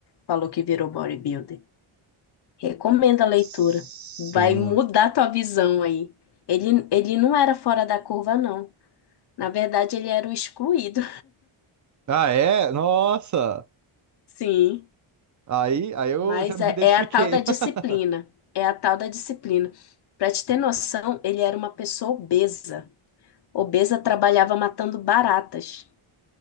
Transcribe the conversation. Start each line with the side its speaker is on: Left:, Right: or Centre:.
Left: falou que virou bodybuilder. Recomendo a leitura.
Right: Sim.
Left: Vai mudar tua visão aí. Ele, ele não era fora da curva, não. Na verdade, ele era o excluído.
Right: Ah, é? Nossa!
Left: <laughs> Sim,
Right: Aí, aí eu
Left: mas
Right: já me
Left: é,
Right: identifiquei.
Left: é a tal da disciplina.
Right: <laughs>
Left: É a tal da disciplina. Pra te ter noção, ele era uma pessoa obesa. Obesa trabalhava matando baratas.